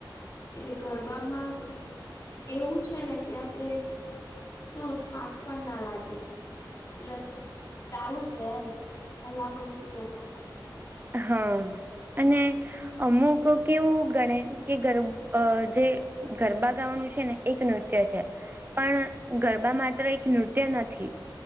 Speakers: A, on the left; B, on the right.
A: એટલે ગરબામાં એવું છે ને કે આપડે શું થાક પણ ના લાગે. એટલે બસ ચાલુ જ ર એમ કલાકો વીતી જાય તો.
B: હા અને અમુક કેવું ગણે કે ગર જે, ગરબા ગાવાનું છે ને એક નૃત્ય છે. પણ ગરબા માત્ર એક નૃત્ય નથી